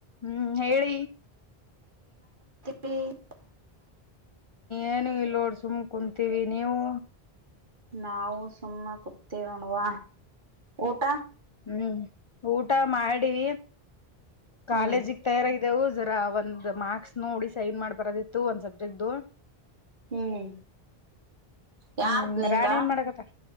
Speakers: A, on the left; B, on the right.
A: ಹ್ಮ್ ಹೇಳಿ
B: ಹ್ಮ
A: ಏನು ಇಲ್ಲೋಡ್ ಸುಮ ಕುಂತೀವಿ ನೀವು
B: ನಾವು ಸುಮ್ಮ ಕುತೀವಿ ನೋಡುವ ಊಟ
A: ಹ್ಮ್ ಊಟ ಮಾಡಿವ ಕಾಲೇಜಿಗೆ
B: ಹ್ಮ್
A: ತಯಾರಾಗಿ ದವು ಜರಾ ಒಂದ್ ಮಾರ್ಕ್ಸ್ ನೋಡಿ ಸೈನ್ ಮಾಡ್ ಬರದಿತ್ತು ಒಂದ್ ಸಬ್ಜೆಕ್ಟ್
B: ಹ್ಮ್ ಯಾರ್ದ
A: ಹ್ಮ್
B: ನಿಂದ
A: ರಾಣಿ ಏನ್ ಮಾಡಕತ್ತ